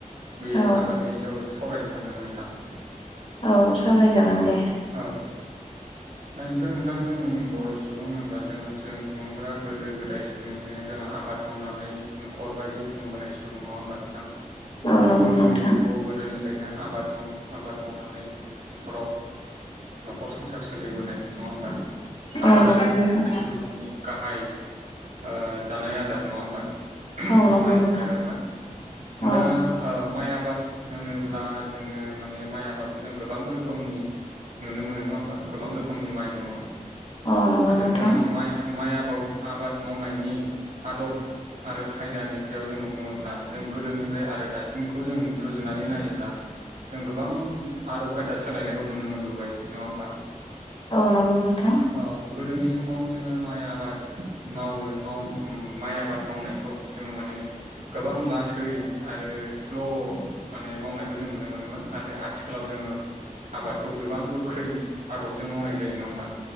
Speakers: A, on the right (about 70°); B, on the left (about 45°).
A: बे
B: औ
A: आबादनि सायाव सावरायनो सानदोंमोन नोंथां।
B: औ सावरायजागोन दे।
A: औ। ओरैनोथ' नोंथां जों बर' सुबुं होनबा जोङो जों सुबुंफोरा गोदो -गोदाय समनिफ्रायनो जोङो आबाद मावनानै न'खर बा जिउ खुंबोनाय सुबुंङा होनबा नोंथां।
B: औ नंगौ
A: जों जोंनि
B: नोंथां
A: जिउखौ गोदोनिफ्रायनो आबाद मावनो आबाद मावनानै न'खराव न'खर संसार सोलिबोनाय नङा होमबा आबादानो
B: औ नंगौ नोंथां
A: सासे सुबुंनि गाहाय ओ जानाय आदार नङा होमबा
B: औ नंगौ
A: माइ
B: नोंथां
A: माइरङा
B: औ
A: दा माइ आबाद होनोब्ला जोङो माने माइ आबादखौ जों गोबां रोखोमनि नुनो मोनो नङा होमबा गोबां रोखोमनि माइ दङ
B: औ नंगौ
A: आरो
B: नोंथां
A: जों माइ माइ आबाद आबाद मावनायनि आदब आरो खायदानि सायाव जोङो बुङोब्ला जों गोदोनिफ्राय आरो दासिमखौ जों रुजुनानै नायोब्ला जों गोबां आदब खायदा सोलायनायखौ नुनो मोनो। नङा होनबा।
B: औ नंगौ नोंथां
A: औ गोदोनि समाव जोङो माइ आबाद मावो माइ आबाद मावनायखौ जोङो माने गोबां लासै आरो स्ल' माने मावनायखौ जों नुनो मोनोमोन नाथाय आथिखालाव जोङो आबाद गोबां गोख्रै आदबजों मावनाय जायो नङा होमबा